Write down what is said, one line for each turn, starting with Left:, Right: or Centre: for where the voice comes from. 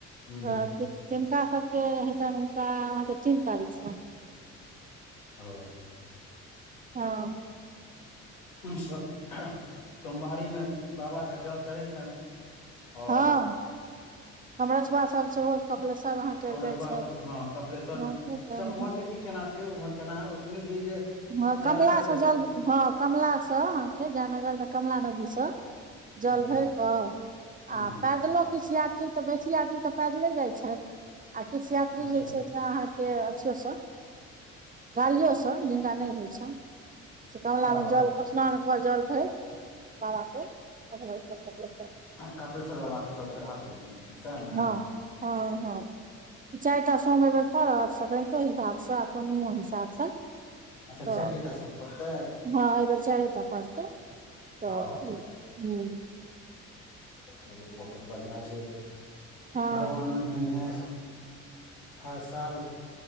Left: हूँ
Right: तऽ तिनका सबके हेतनि हुनका अहाँके तीन तारीख से
Left: ओ
Right: हाॅं
Left: सोमवारीमे बाबाके जल चढ़ै छनि और
Right: हँ कमरथुआ सब सेहो कपिलेश्वर अहाँके
Left: कमरथुआ
Right: जाइ छथि
Left: सब हँ कपिलेश्वर
Right: गांव
Left: मे अच्छा उम्हर के की केना छै उम्हर केना सुनै छियै जे
Right: हँ
Left: जयनगर
Right: कमलासँ
Left: से
Right: जल
Left: सब
Right: हँ कमलासँ अहाँके जय नगरमे कमला नदीसँ जल
Left: हूँ हूँ
Right: भरिके
Left: हूँ
Right: आ
Left: हूँ
Right: पैदलो किछु या यी तऽ बेसी यात्री तऽ पैदले जाइ छथि आ किछु यात्री
Left: अच्छा
Right: जे छै अहाँके अथियोसँ गाड़ियो सँ जिनका नहि होइ छैन से कमलामे
Left: ओ
Right: जल स्नान कऽ जल भरि बाबाके चढ़बै छथि लोक सब
Left: कपलेश्वर बाबाकके जल चढ़ा देलखिन सएह ने
Right: हँ हँ हँ चारि टा सोम ऐबेर पड़त सक्रतो हिसाबसँ पूर्णिमा निमो हिसाबसँ
Left: अच्छा चारिये
Right: तऽ
Left: टा सोम पड़तै
Right: हँ एहि बेेर चारे टा पड़तै तऽ
Left: ओ
Right: हू
Left: चलू बहुत बढ़िआँ छै
Right: हँ
Left: भगवान एनाहिए हर साल